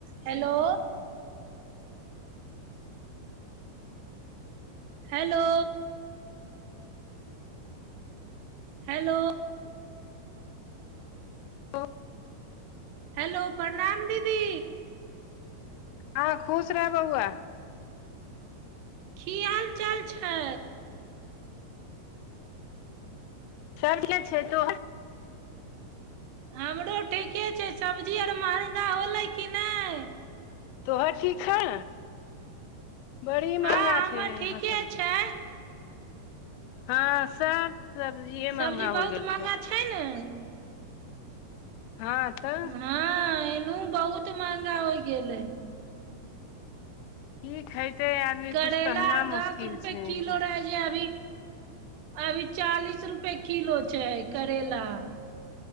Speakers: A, on the right; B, on the left.
A: Hello. Hello, hello.
B: Hello.
A: Hello, प्रणाम दीदी।
B: हँ खुश रह बौआ।
A: की हाल चाल छै।
B: <unintelligible> छै तों।
A: हमरो ठीके छै, सब्जी आर महँगा होलै कि नै!
B: तोहर ठीक है ने, बड़ी
A: हँ
B: महंगा
A: हमर
B: छै यहाँ
A: ठीके
B: सब्जी।
A: छै
B: हँ सब सब्जिए
A: सब्जी
B: महंगा
A: बहुत
B: होइ गेल
A: महंगा
B: छौ।
A: छै ने
B: हँ तऽ
A: हँ एनू बहुत महंगा होई गेलै।
B: की खैतै आदमी
A: करैला
B: कुछ कहना
A: आर
B: मुश्किल
A: दस रुपए
B: छै
A: किलो
B: एकदम।
A: रहै जे अभी अभी चालीस रुपये किलो छै करैेला।